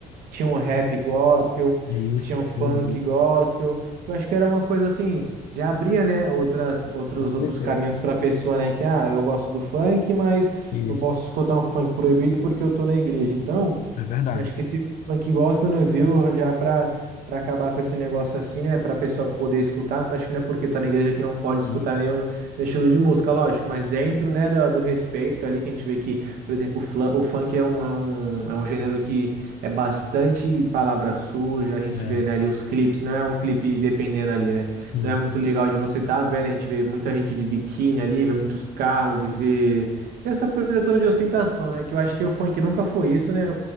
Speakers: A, on the right; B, on the left.
A: Tinha um rap gospel,
B: isso,
A: tinha um
B: entendi.
A: funk gospel, que eu acho que era uma coisa assim, já abria, né, outras, outros,
B: Com certeza.
A: outros caminhos para a pessoa, né, que, ah, eu gosto do funk, mas
B: Isso,
A: não posso escutar um funk proibido porque eu tô na igreja. Então,
B: É verdade.
A: Acho que esse funk gospel, né, viu, já para para acabar com esse negócio assim, né, para a pessoa poder escutar, acho que não é porque tá na igreja que não pode
B: sim,
A: escutar nenhum, nenhum estilo de música, lógico, mas dentro, né, do, do respeito ali que a gente vê que, por exemplo, o, flan- o funk é um, é um, é um gênero que é bastante palavra suja, a gente
B: É,
A: vê, né, ali os clipes, não é um clipe dependendo ali, né,
B: sim.
A: não é muito legal de você estar vendo, a gente vê muita gente de biquíni ali, vê muitos carros e vê essa coisa toda de ostentação, né, que eu acho que o funk nunca foi isso, né,